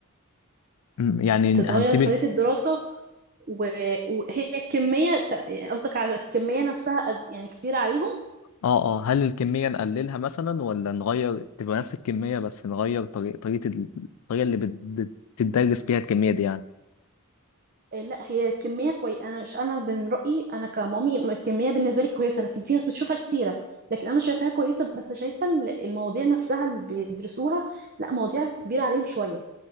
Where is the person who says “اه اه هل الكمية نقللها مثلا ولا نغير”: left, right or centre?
Left